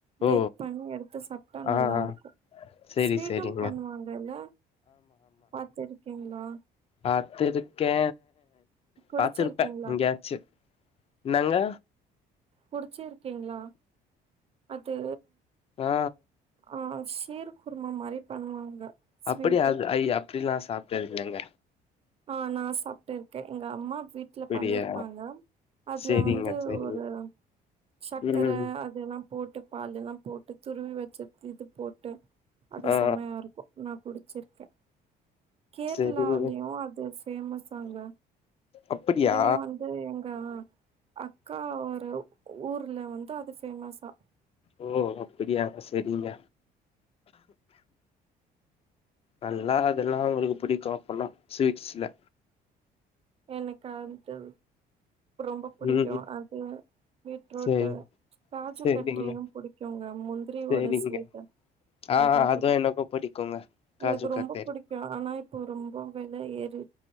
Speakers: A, on the right; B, on the left.
A: பேக்
B: ஓ
A: பண்ணி எடுத்து சாப்ட்டா
B: ஆ
A: நல்லாருக்கு
B: ஆ சேரி
A: ஸ்வீட்
B: சேரிங்க
A: டு பண்ணுவாங்கல்ல பாத்துருக் ங்ளா
B: பாத்துருக்கே
A: குடிச்சிருக்கீங்களா
B: பாத்துருப்பே எங்யாச்சு இன்னங்க
A: குடிச்சிருக்கீங்ளா அது
B: ஆ
A: அ ஷீர்க் குருமா மாரி பண்ணுவாங்க ஸ்வீட்
B: அப்படியா அது ஐயாப் அப்டில்லா சாப்ட்டது இல்லங்க
A: ஆ நா சாப்ட்டு இருக்கே எங்க அம்மா வீட்ல
B: அப்டியா
A: பண்ணிருப்பாங்க அதுல
B: சேரிங்க
A: வந்து
B: சேரிங்க
A: ஒரு சக்கர
B: ம்
A: அதெல்லா போட்டு பாகுல்லா போட்டு துருவி வெச்ச இது போட்டு அது
B: ஆ
A: செமையா இருக்கு நா குடி ச்சிருக்கே கேரளாலயு
B: சேரிங்க
A: அ து பேமஸ்ஸாங்க
B: அப்படியா
A: இன்னு வந்து எங்க ஆ அக்கா ஒரு ஊர்ல வந்து அது பேமசா
B: ஓ அப்படியா சேரிங்க நல்லா அதெல்லா அவங்களுக்கு புடிக்கு அப்பனா ஸ்வீட்ஸ்ல
A: எனக்கு வந்ட்டு ரொம்ப பிடிக்கு
B: ம்
A: அது பீட்ரூட்டு
B: சரி
A: காஜூகட்ரியு
B: சரிங்க
A: பிடிக்குங்க முந்திரியோட
B: சரிங்க
A: ஸ்வீட்
B: ஆ
A: அது
B: அதுவு
A: பிடிக்கு.
B: எனக்கு பிடிக்குங்க காஜு
A: எனக்கு
B: கத்தேரி
A: ரொம்ப புடிக்கு ஆனா இப்போ ரொம்ப வெல ஏறி